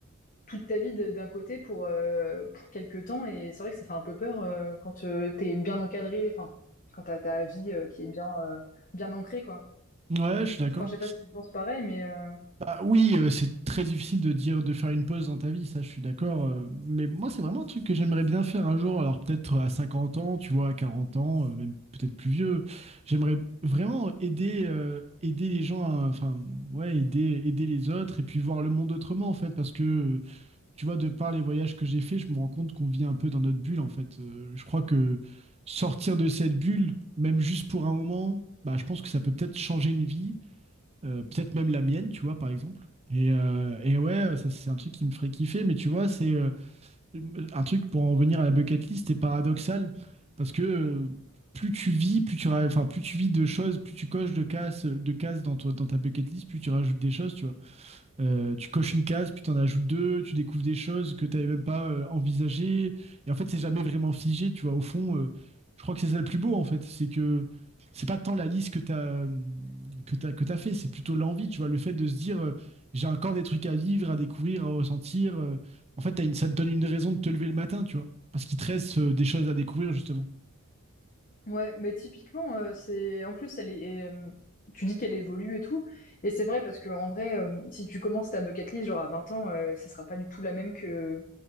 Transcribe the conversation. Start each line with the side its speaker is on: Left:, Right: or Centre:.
Left: toute ta vie d'un côté pour, euh, pour quelques temps. Et c'est vrai que ça fait un peu peur euh, quand euh, t'es bien encadré, enfin, quand t'as ta vie euh, qui est bien, euh, bien ancrée, quoi.
Right: Ouais, je suis d'accord.
Left: Enfin, je sais pas si tu penses pareil, mais euh,
Right: Bah oui, euh, c'est très difficile de dire de faire une pause dans ta vie, ça, je suis d'accord. euh, mais moi, c'est vraiment un truc que j'aimerais bien faire un jour. Alors peut-être à 50 ans, tu vois, à 40 ans, euh, même peut-être plus vieux. J'aimerais vraiment aider euh, aider les gens, à- enfin ouais, aider aider les autres et puis voir le monde autrement en fait, parce que tu vois, de par les voyages que j'ai faits, je me rends compte qu'on vit un peu dans notre bulle, en fait. Euh, je crois que sortir de cette bulle, même juste pour un moment, bah, je pense que ça peut peut-être changer une vie, euh, peut-être même la mienne, tu vois, par exemple. Et, euh, et ouais, ça, c'est un truc qui me ferait kiffer, mais tu vois, c'est euh, un truc pour en venir à la bucket list, c'est paradoxal, parce que euh, plus tu vis, plus tu, ra- enfin, plus tu vis de choses, plus tu coches de cases, de cases dans, ton- dans ta bucket list, plus tu rajoutes des choses, tu vois. Euh, tu coches une case, puis tu en ajoutes deux, tu découvres des choses que tu n'avais même pas euh, envisagées. Et en fait, c'est jamais vraiment figé, tu vois. Au fond, euh, je crois que c'est ça le plus beau, en fait. C'est que c'est pas tant la liste que tu as, que t'as- que t'as fait, c'est plutôt l'envie, tu vois. Le fait de se dire, euh, j'ai encore des trucs à vivre, à découvrir, à ressentir. euh. en fait, t'as une, ça te donne une raison de te lever le matin, tu vois. Parce qu'il te reste euh, des choses à découvrir, justement.
Left: ouais, mais typiquement, euh, c'est. En plus, elle est. euh, Tu dis qu'elle évolue et tout, et c'est vrai parce que en vrai, euh, si tu commences ta bucket list genre à 20 ans, euh, ce sera pas du tout la même que,